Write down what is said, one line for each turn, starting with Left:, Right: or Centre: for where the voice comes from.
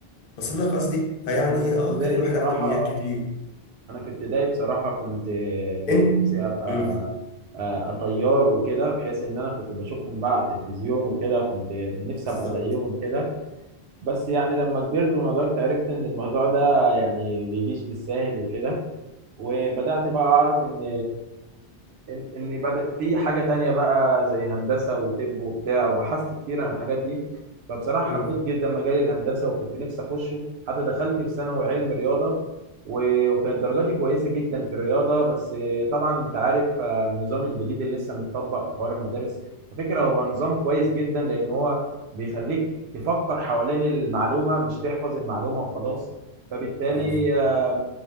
Left: وصل لك قصدي فيعني
Right: أنا في ابتدائي
Left: اه كان الواحد
Right: بصراحة
Left: عنده امنيات كتير
Right: أنا في ابتدائي بصراحة كنت كنت
Left: انت
Right: نفسي أبقى
Left: مم.
Right: آه، طيار وكده بحيث إن أنا كنت بشوفهم بقى على التلفزيون وكده كنت نفسي
Left: بالظبط
Right: أبقى زيهم كده بس يعني لما كبرت ونضجت عرفت ان الموضوع ده يعني بيجيش بالساهل وكده وبدأت بقى اعرف ان إن- اني بدأ في حاجه تانية بقى زي هندسه وطب وبتاع وبحثت كتير عن الحاجات دي فبصراحه
Left: مم.
Right: حبيت جدا مجال الهندسه وكنت نفسي اخشه حتى دخلت في ثانوي علم رياضه و- وكانت درجاتي كويسه جدا في الرياضه بس طبعا انت عارف آه، النظام الجديد اللي لسه متطبق في حوار المدارس على فكره هو نظام كويس جدا لان هو بيخليك تفكر حوالين المعلومه مش تحفظ المعلومه وخلاص فبالتالي
Left: اه
Right: آه،